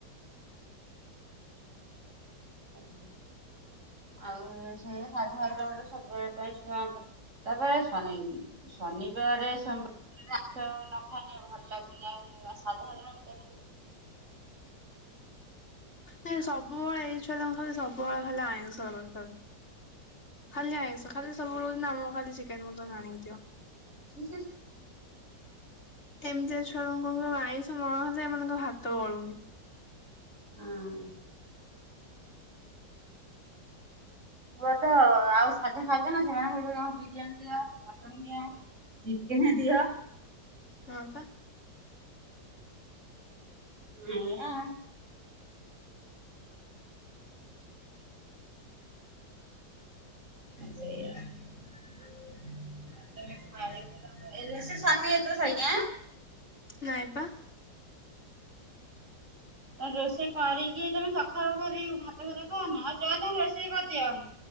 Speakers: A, on the right; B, on the left.
A: <unintelligible> ଆଉ ସେଇ ସାଧା ଆଇଟମରେ ସବୁବେଳ ପାଇଁ ଛୁଆଙ୍କ ତାପରେ ଶନି ଶନିବାରେ, ସୋମବା ମାଛ ନ ଖାଇନେ ଭଲ ଲାଗୁନି ଆଉ। ସାଧାଲୁଣ କେତେ ଖାଇବୁ।
B: ନାଇଁ ସବୁବେଳେ ଏଇଛୁରାଙ୍କୁ ଖାଲି ଆଇଁଷ ଦରକାର। ଖାଲି ଆଇଁଷ ଖାଲି ସବୁବେଳେ କୋହୁଚନ୍ତି ଆମକୁ ଖାଲି ଚିକେନ ମଟନ ଆଣିକି ଦିଅ।
A: ହୁଁ ହୁଁ।
B: ଏମିତିଆ ଛୁଆମାନଙ୍କୁ <unintelligible> ଆଇଁଷ ନହଲେ ଏମାନଙ୍କ ଭାତ ଗଳୁନି।
A: ହଁ। ପୁଅ ତ ଆଉ ସାଧା ଖାଇଜ ନା ସେମାନେ ଖାଲି ବିରିୟାନୀ ଦିଅ ମଟନ୍ ଦିଅ। ଚିକେନ୍ ଦିଅ।
B: ହଁ ପା।
A: ହେଇୟା। ସେଇଆ। <unintelligible>
B: ନାଇଁ ପା।
A: ରୋଷେଇ କରିକି ତମେ ସକାଳୁ କରି ଭାତ ଭାତ ଖାଅନା ଆଉ ଯାଅ ତମେ ରୋଷେଇ କରିଦିଅ।